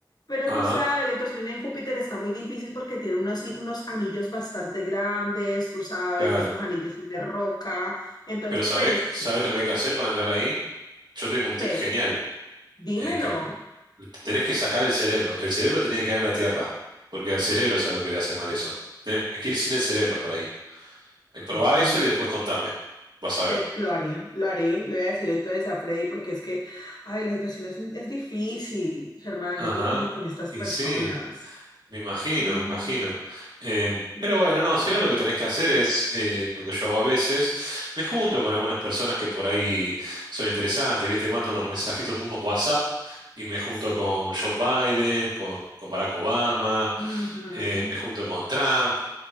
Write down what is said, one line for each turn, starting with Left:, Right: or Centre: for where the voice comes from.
Left: pero
Right: Ah,
Left: tú sabes, la situación en Júpiter está muy difícil porque tiene unos, i- unos anillos bastante grandes, tú sabes,
Right: claro.
Left: esos anillos son de roca. Entonces,
Right: Pero ¿sabés,
Left: pues,
Right: sabés lo que hay que hacer para entrar ahí? Yo tengo un
Left: ¿qué?
Right: tip genial.
Left: Dímelo.
Right: eh, que tenés que sacar el cerebro. El cerebro tiene que caer en la tierra, porque al cerebro es a lo que le hace mal eso. Tenés que ir sin el cerebro por ahí. Eh, Probá
Left: Ok,
Right: eso y después contame. Vas a ver.
Left: te- lo haré, lo haré, le voy a decir entonces a Freddy porque es que, ay, la situación es, es difícil, Germán,
Right: Ajá.
Left: es difícil con estas
Right: Y
Left: personas.
Right: sí, me imagino,
Left: No,
Right: me imagino. Eh,
Left: no,
Right: pero bueno,
Left: total,
Right: no, si no lo que tenés que hacer es eh, lo que yo hago a veces. Me junto con algunas personas que por ahí son interesantes, ¿viste? Mando unos mensajitos, unos WhatsApp y me junto
Left: sí.
Right: con Joe Biden, con, con Barack Obama,
Left: Ujú.
Right: eh, me junto con Trump.